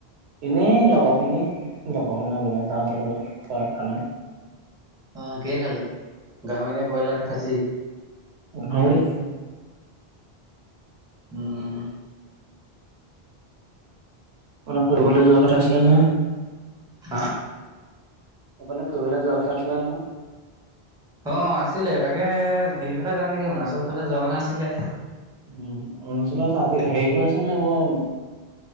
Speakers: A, on the right (about 80°); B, in the centre.
A: এনেই লগৰখিনি লগৰ মানে বিন তাহতৰ লগত খোৱা খানা
B: অ কিে খালি গাহৰি নে ব্ৰইলাৰ নে খাচি
A: নৰি
B: উম
A: মানে ফুটবলে যোৱা কথা আছিলে ন
B: হা?
A: অফালে ফুৰিবলৈ যোৱা কথা আছিলে নহয়
B: অ আছিলে তাকে হেৰি ফালে যাম নেকি অৰুণাচল ফালে যোৱা কথা আছিলে
A: উম অৰুণচলত আজি
B: তাকে
A: হেৰি হৈ আছে ন এইবোৰ